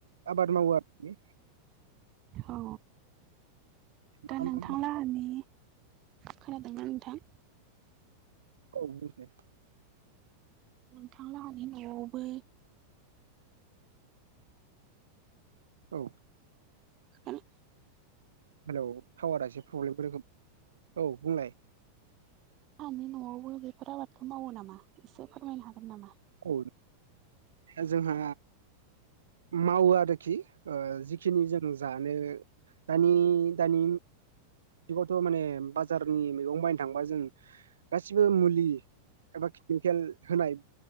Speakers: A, on the right; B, on the right.
A: आबाद मावो आरोखि
B: औ दा
A: मा
B: नोंथां
A: मा मावो
B: लाहानि खोनादोंना नोंथां?
A: औ बुंलाय
B: नोंथांलाहानि न'आवबो
A: औ
B: आरो
A: हेलौ टावारा एसे प्रब्लेम रोखोम औ बुंलाय
B: सानि न'आवबो बेफोर आबादखौ मावो नामा एसे फोरमायनो हागोन नामा?
A: औ दा जोंहा मावो आरोखि बेखिनि जों जानो दानि दानि जुगावथ' माने बाजारनि मैगं बायनो थांबा जों गासिबो मुलि एबा केमिकेल होनाय